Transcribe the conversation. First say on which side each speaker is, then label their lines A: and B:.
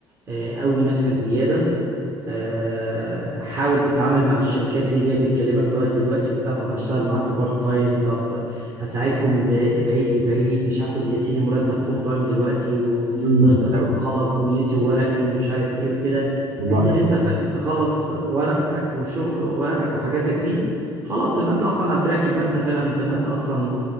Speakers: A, on the right; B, on the right.
A: آه، قوي نفسك زيادة آه، حاول تتعامل مع الشركات دي اللي هي بتكلمك لغايه دلوقتي وبتاع طب هشتغل معاكم بارت تايم طب هساعدكم من بعي- بعيد لبعيد مش هاخد يا سيدي مرتب فول تايم دلوقتي ولغايه
B: امم
A: بس
B: حلو
A: ما اخلص دنيتي وورقي ومش عارف ايه وكده
B: والله
A: بحيث ان
B: حلو
A: انت فعلا تخلص ورقك وشو ورقك وحاجاتك دي خلاص تبقى انت اصلا على التراك يبقى انت فعلا تبقى انت اصلا